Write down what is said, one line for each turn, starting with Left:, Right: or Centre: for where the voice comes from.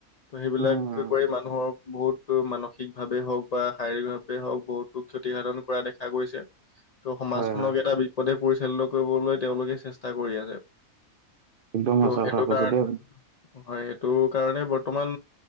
Left: ত' সেইবিলাক
Right: উম উম
Left: কৰি মানুহৰ বহুতো মানসিক ভাৱে হওক বা শাৰীৰিক ভাৱে হওক বহুতো ক্ষতিসাধন কৰা দেখা গৈছে ত' সমাজখনক
Right: হয় হয়
Left: এটা বিপদে পৰিচালিত কৰিবলৈ তেওঁলোকে চেষ্টা কৰি আছে
Right: একদম
Left: ত'
Right: সঁচা
Left: সেইটো
Right: কথা কৈছোঁ
Left: কাৰণ
Right: দে।
Left: হয় এইটো কাৰণে বৰ্তমান